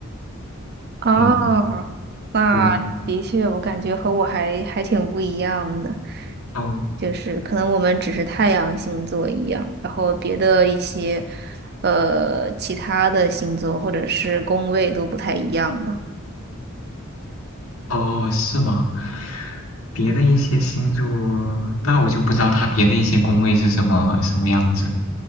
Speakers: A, on the right (about 50°); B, on the left (about 75°).
A: 啊，
B: 嗯，
A: 那的确，
B: 对，
A: 我感觉和我还还挺不一样的，
B: 哦
A: 就是可能我们只是太阳星座一样，然后别的一些呃其他的星座或者是宫位都不太一样了。
B: 哦，是吗？别的一些星座，那我就不知道它别的一些宫位是什么什么样子。